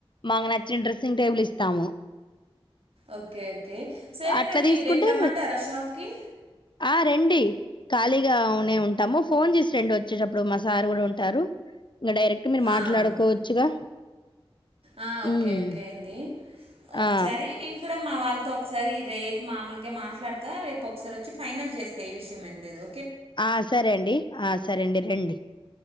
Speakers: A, on the left; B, on the right.
A: మాకు నచ్చిన డ్రెస్సింగ్ టేబుల్ ఇస్తాము
B: ఒకే ఒకే సరే
A: అట్లా
B: మరి
A: తీసుకుంటే
B: రేప్ రమ్మంటారా షాప్ కి.
A: ఆ! రండి ఖాళీగా ఉనే ఉంటాము ఫోన్ జేసి రండి వచ్చేటప్పుడు మా సార్ గూడుంటారు ఇంగ డై. టె మీర్ మాట్లాడుకోవచ్చుగా.
B: ఓకే ఆ
A: హ్మ్.
B: ఒకే ఒకే అండి ఒక్సారి
A: ఆ!
B: నేన్ కూడా. మా వాళ్ళ్తో ఒకసారి రేట్ మామూల్గా మాట్లాడ్తా రేపొకసారొచ్చి ఫైనల్ జేస్తా ఈ విషయమేందేదొ.
A: ఆ సరే అండి ఆ సరేండి. రండి